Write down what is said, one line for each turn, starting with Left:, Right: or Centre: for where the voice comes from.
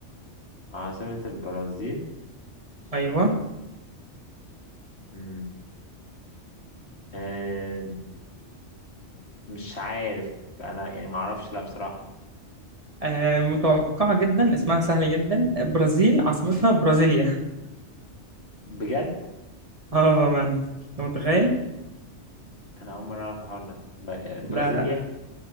Left: عاصمة البرازيل
Right: أيوه
Left: مم. آه مش عارف أنا يعني ما أعرفش لا بصراحة
Right: آه متوقعة جدا اسمها سهل جدا برازيل عاصمتها برازيليا <laughs>
Left: بجد
Right: اه بأمانة أنت متخيل؟
Left: أنا أول مرة أعرف الحوار ده ب- آه، برازيليا
Right: لا لا